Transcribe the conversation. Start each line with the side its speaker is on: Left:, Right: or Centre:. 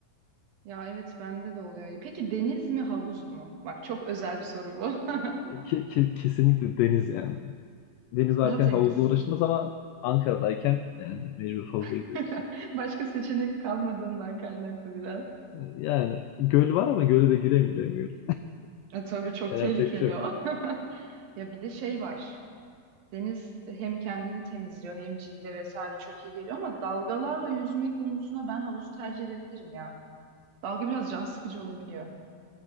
Right: Ya evet bende de oluyor. Peki deniz mi havuz mu? Bak çok özel bir soru bu. <laughs>
Left: E, Ki, ki- kesinlikle deniz yani. Deniz varken
Right: Daha temiz.
Left: havuzla uğraşılmaz ama Ankara'dayken yani mecbur havuza
Right: <laughs>
Left: gidiyoruz.
Right: Başka seçenek kalmadığından kaynaklı biraz.
Left: E, Yani göl var ama göle de giremeyeceğim göre.
Right: E, tabii çok
Left: Yani
Right: tehlikeli
Left: yapacak bir şey yok.
Right: o. <laughs> Ya bir de şey var. Deniz hem kendini temizliyor hem cilde vesaire çok iyi geliyor ama dalgalarla yüzme konusuna ben havuzu tercih edebilirim ya. Dalga biraz can sıkıcı olabiliyor.